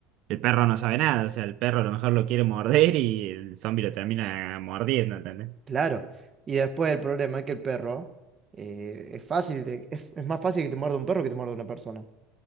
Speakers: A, on the right (about 50°); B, on the right (about 20°).
A: el perro no sabe nada, o sea, el perro a lo mejor lo quiere morder y el zombie lo termina mordiendo, ¿entendés?
B: Claro. Y después el problema es que el perro eh, es fácil, de- es, es más fácil que te muerda un perro que te muerda una persona.